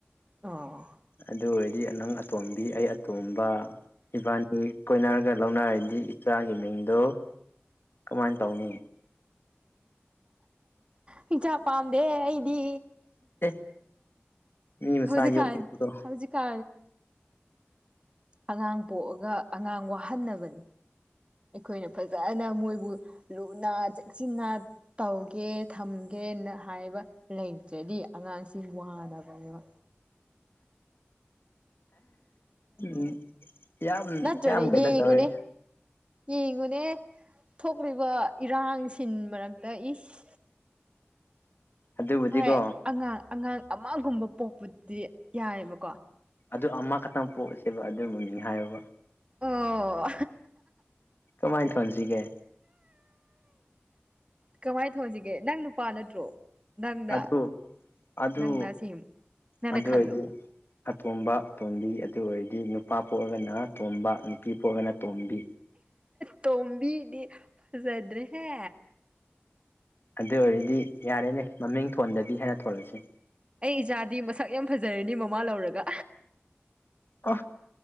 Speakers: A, on the right (about 25°); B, on the left (about 60°).
A: ꯑꯣ
B: ꯑꯗꯨ ꯑꯣꯏꯔꯗꯤ ꯅꯪ ꯑꯇꯣꯝꯕꯤ ꯑꯩ ꯑꯇꯣꯝꯕ ꯏꯕꯥꯅꯤ ꯀꯣꯏꯅꯔꯒ ꯂꯧꯅꯔꯗꯤ ꯏꯆꯥꯒꯤ ꯃꯤꯡꯗꯣ ꯀꯃꯥꯏꯅ ꯇꯧꯅꯤ
A: ꯍꯛꯁꯆꯥ ꯄꯥꯝꯗꯦ ꯑꯩꯗꯤ
B: ꯑꯦ ꯃꯤ ꯃꯆꯥ
A: ꯍꯧꯖꯤꯛꯀꯥꯟ
B: ꯌꯣꯛꯅꯤꯡꯕꯗꯣ
A: ꯍꯧꯖꯤꯛ ꯀꯥ ꯑꯉꯥꯡ ꯄꯣꯛꯑꯒ ꯑꯉꯥꯡ ꯋꯥꯍꯟꯅꯕꯅꯦ ꯑꯩꯈꯣꯏꯅ ꯐꯖꯅ ꯃꯣꯏꯕꯨ ꯂꯨꯅꯥ ꯆꯦꯛꯁꯤꯟꯅ ꯇꯧꯒꯦ ꯊꯝꯒꯦꯅ ꯍꯥꯏꯕ ꯂꯩꯇ꯭ꯔꯗꯤ ꯑꯉꯥꯡꯁꯤꯡ ꯋꯥꯗꯅꯕꯅꯦꯕ
B: ꯎ ꯌꯥꯝ
A: ꯅꯠꯇ꯭ꯔꯅꯦ
B: ꯌꯥꯝꯌꯥꯝ ꯀꯩꯅꯅ
A: ꯌꯦꯡꯉꯨꯅꯦ
B: ꯇ ꯍꯦ
A: ꯌꯦꯡꯉꯨꯅꯦ ꯊꯣꯛꯂꯤꯕ ꯏꯔꯥꯡꯁꯤꯟ ꯃꯔꯛꯇ ꯏꯁ
B: ꯑꯗꯨꯕꯨꯗꯤꯀꯣ
A: ꯍꯣꯏ ꯑꯉꯥꯡ ꯑꯉꯥꯡ ꯑꯃꯒꯨꯝꯕ ꯄꯣꯛꯄꯗꯤ ꯌꯥꯏꯑꯕꯀꯣ
B: ꯑꯗꯨ ꯑꯃꯈꯛꯇꯪ ꯄꯣꯛꯑꯁꯦꯕ ꯑꯗꯨ ꯃꯃꯤꯡ ꯍꯥꯏꯌꯣꯕ
A: ꯑꯣ
B: ꯀꯃꯥꯏꯅ ꯐꯣꯟꯁꯤꯒꯦ
A: ꯀꯃꯥꯏꯅ ꯊꯣꯟꯁꯤꯒꯦ ꯅꯪ ꯅꯨꯄꯥ ꯅꯠꯇ꯭ꯔꯣ ꯅꯪꯅ
B: ꯑꯗꯨ ꯑꯗꯨ
A: ꯅꯪꯅ ꯁꯦꯝ ꯅꯪꯅ
B: ꯑꯗꯨꯗ
A: ꯈꯜꯂꯨ
B: ꯏꯗꯤ ꯑꯇꯣꯝꯕ ꯑꯇꯣꯝꯕꯤ ꯑꯗꯨ ꯑꯣꯏꯔꯗꯤ ꯅꯨꯄꯥ ꯄꯣꯛꯑꯒꯅ ꯇꯣꯝꯕ ꯅꯨꯄꯤ ꯄꯣꯛꯑꯒꯅ ꯇꯣꯝꯕꯤ
A: ꯇꯣꯝꯕꯤꯗꯤ ꯐꯖꯗ꯭ꯔꯦꯍꯦ
B: ꯑꯗꯨ ꯑꯣꯏꯔꯗꯤ ꯌꯥꯔꯦꯅꯦ ꯃꯃꯤꯡ ꯊꯣꯟꯗꯕꯤ ꯍꯥꯏꯅ ꯊꯣꯜꯂꯁꯦ
A: ꯑꯩ ꯏꯆꯥꯗꯤ ꯃꯁꯛ ꯌꯥꯝ ꯐꯖꯔꯅꯤ ꯃꯃꯥ ꯂꯧꯔꯒ
B: ꯑ